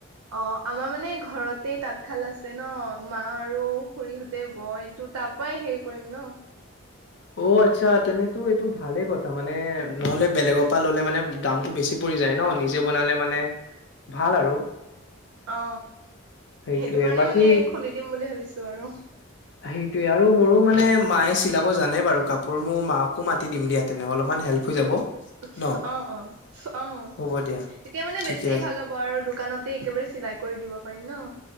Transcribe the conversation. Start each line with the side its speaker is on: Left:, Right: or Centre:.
Right: অ আমাৰ মানে ঘৰতেই তাঁতশাল আছে ন মা আৰু খুৰীহঁতে বয়টোত তাৰ পৰাই হেৰি কৰিম ন
Left: অ আচ্ছা তেনেতটো এইটো ভালে কথা মানে নহলে বেলেগৰ পৰা ললে মানে দামতটো বেছি পৰি যায় ন নিজে বনালে মানে ভাল আৰু
Right: অ
Left: সেইটোয়ে
Right: সেইটো কাৰণে
Left: বাকী
Right: মানে খুলি দিম বুলি ভাবিছো আৰু
Left: সেইটোয়ে আৰু মোৰো মানে মায়ে চিলাব জানে বাৰু কাপোৰ মোৰ মাকো মাতি দিম দিয়াত তেনেহ অলপমান হেল্প হৈ যাব
Right: অ
Left: ন
Right: অ অ
Left: হ'ব দিয়া
Right: তেতিয়া মানে
Left: ঠিকে
Right: বেছি
Left: আছে
Right: ভাল হ'ব আৰু দোকানতে একেবাৰে চিলাই কৰি দিব পাৰিম ন